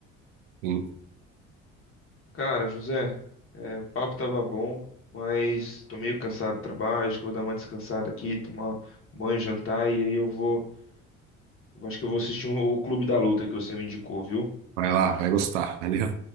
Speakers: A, on the right (about 70°); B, on the left (about 35°).
A: Sim.
B: Cara, José, é, o papo tava bom, mas tô meio cansado do trabalho. Acho que eu vou dar uma descansada aqui, tomar um banho, jantar e aí eu vou. eu Acho que eu vou assistir um, o Clube da Luta que você me indicou, viu?
A: Vai lá, vai gostar, <laughs> valeu?